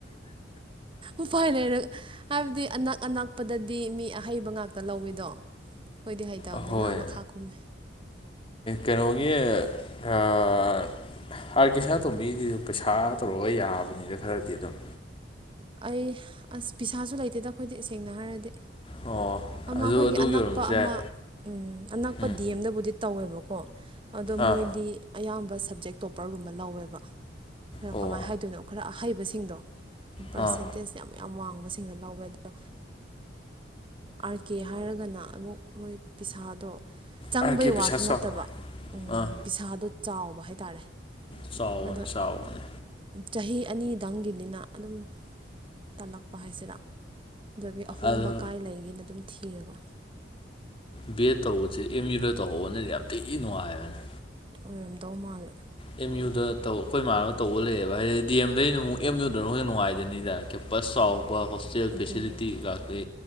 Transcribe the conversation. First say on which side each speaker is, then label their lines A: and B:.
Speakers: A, on the right; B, on the left.
A: ꯎꯄꯥꯏ ꯂꯩꯔꯒ ꯍꯥꯏꯕꯗꯤ ꯑꯅꯛ ꯑꯅꯛꯄꯗꯗꯤ ꯃꯤ ꯑꯍꯩꯕ ꯉꯥꯛꯇ ꯂꯧꯋꯤꯗꯣ ꯍꯣꯏꯗꯤ ꯍꯩꯇꯕꯅꯤ
B: ꯑꯍꯣꯏ
A: ꯅ ꯃꯈꯥ ꯀꯨꯝꯃꯦ
B: ꯀꯩꯅꯣꯒꯤ ꯑ ꯑꯥꯔ ꯀꯦ ꯁꯅꯥꯇꯣꯝꯕꯤꯁꯤꯁꯨ ꯄꯩꯁꯥ ꯇꯧꯔꯒ ꯌꯥꯕꯅꯤꯅ ꯈꯔꯗꯤ ꯑꯗꯨꯝ
A: ꯑꯩ ꯑꯁ ꯄꯤꯁꯥꯁꯨ ꯂꯩꯇꯦꯗ ꯑꯩꯈꯣꯏꯗꯤ ꯁꯦꯡꯅ ꯍꯥꯏꯔꯗꯤ
B: ꯑꯣ
A: ꯑꯃ
B: ꯑꯗꯨ
A: ꯑꯩꯈꯣꯏꯒꯤ
B: ꯑꯗꯨꯒꯤ
A: ꯑꯅꯛꯄ
B: ꯑꯣꯏꯔꯝꯕꯁꯨ
A: ꯑꯃ
B: ꯌꯥꯏ
A: ꯎꯝ ꯑꯅꯛꯄ
B: ꯎꯝ
A: ꯗꯤ ꯑꯦꯝꯗꯕꯨꯗꯤ ꯇꯧꯋꯦꯕꯀꯣ ꯑꯗꯣ
B: ꯑꯥ
A: ꯃꯣꯏꯗꯤ ꯑꯌꯥꯝꯕ ꯁꯞꯖꯦꯛ ꯇꯣꯄꯔꯒꯨꯝꯕ ꯂꯧꯋꯦꯕ ꯈꯔ
B: ꯑꯣ
A: ꯀꯃꯥꯏꯅ ꯍꯥꯏꯗꯣꯏꯅꯣ ꯈꯔ ꯑꯍꯩꯕꯁꯤꯡꯗꯣ ꯄꯔꯁꯦꯟꯇꯦꯖ
B: ꯑꯥ
A: ꯌꯥꯝ ꯌꯥꯝ ꯋꯥꯡꯕꯁꯤꯡꯗ ꯂꯧꯋꯦ ꯑꯗ ꯑꯥꯔ ꯀꯦ ꯍꯥꯏꯔꯒꯅ ꯑꯃꯨꯛ ꯃꯣꯏ ꯄꯤꯁꯥꯗꯣ ꯆꯪꯕꯩ
B: ꯑꯥꯔ ꯀꯦ ꯄꯩꯁꯥ
A: ꯋꯥꯁꯨ
B: ꯆꯥꯎꯕ
A: ꯅꯠꯇꯕ
B: ꯑꯥ
A: ꯄꯤꯁꯥꯗꯣ ꯆꯥꯎꯕ ꯍꯥꯏꯇꯥꯔꯦ
B: ꯆꯥꯎꯕꯅꯤ
A: ꯑꯗꯣ
B: ꯆꯥꯎꯕꯅꯤ
A: ꯆꯍꯤ ꯑꯅꯤꯗꯪꯒꯤꯅꯤꯅ ꯑꯗꯨꯝ ꯇꯜꯂꯛꯄ ꯍꯥꯏꯁꯤꯔꯥ ꯑꯗꯨꯗꯒꯤ ꯑꯍꯣꯡꯕ
B: ꯑꯗꯣ
A: ꯀꯥꯏ ꯂꯩꯒꯦꯅ ꯑꯗꯨꯝ ꯊꯤꯔꯕ
B: ꯕꯤ ꯑꯦꯗ ꯇꯧꯕꯁꯦ ꯑꯦꯝ ꯌꯨꯗ ꯇꯧꯍꯧꯕꯅꯗꯤ ꯌꯥꯝ ꯊꯤꯅ ꯅꯨꯡꯉꯥꯏꯕꯅꯤ
A: ꯑꯣꯏꯔꯝꯗꯧ ꯃꯥꯜꯂꯦ
B: ꯑꯦꯝ ꯌꯨꯗ ꯇꯧ ꯑꯩꯈꯣꯏ ꯃꯥꯟꯅꯕ ꯇꯧꯕ ꯂꯩꯌꯦꯕ ꯍꯥꯏꯗꯤ ꯗꯤ ꯑꯦꯝꯗꯩꯅ ꯑꯃꯨꯛ ꯑꯦꯝ ꯌꯨꯗꯅ ꯑꯃꯛ ꯍꯛ ꯅꯨꯡꯉꯥꯏꯖꯗꯅꯤ ꯇꯥꯔꯦ ꯕꯁ ꯆꯥꯎꯕ ꯍꯣꯁꯇꯦꯜ
A: ꯑꯗꯨꯕꯨꯗꯤ
B: ꯐꯦꯁꯤꯂꯤꯇꯤ ꯉꯥꯛꯇꯤ